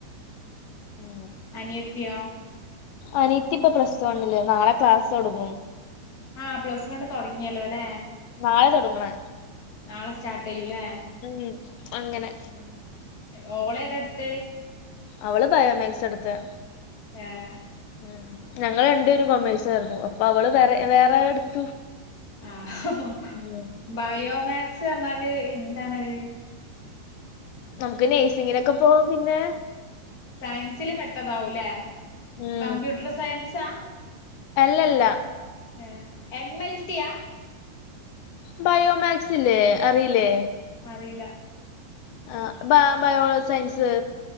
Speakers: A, on the left; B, on the left.
A: ഉം
B: അനിയത്തിയോ
A: അനിത്തിപ്പൊ പ്ലസ് വണ്ണ്ല്. നാളെ ക്ലാസൊട്ങ്ങും.
B: ആഹ് പ്ലസ് വണ്ണ് തൊടങ്ങിയല്ലോ ലെ
A: നാളെ തൊട്ങ്ങ്ണ്.
B: നാളെ സ്റ്റാട്ടെയ്യുലെ
A: ഉം അങ്ങനെ
B: ഉം ഓളേതാട്ത്തെ
A: അവള് ബയോമാക്സെടുത്തേ
B: ഏ.. ഹ്!
A: ഉം. ഞങ്ങൾ രണ്ടേരും കൊമേഴ്സായിര്ന്നു. അപ്പൊ അവള് വേറെ, വേറേ എടുത്തു.
B: ആഹ് ഹോ
A: ഉം
B: ബയോമാക്സ് പർഞ്ഞാല് എന്താണത്
A: നമുക്ക് നെയ്സിങ്ങിനൊക്കെ പോവാം പിന്നെ.
B: സയൻസിൽ പെട്ടതാവൂല്ലേ
A: ഉം
B: കമ്പ്യൂട്ട്ർ സയൻസാ
A: ഇതല്ല.
B: ഏഹ്, എം. എൽ. ട്ടി യാ?
A: ബയോമാക്സ് ല്ലേ..? അറീല്ലേ?
B: അറീല്ല
A: ആഹ് ബ ബയോളജി സയൻസ്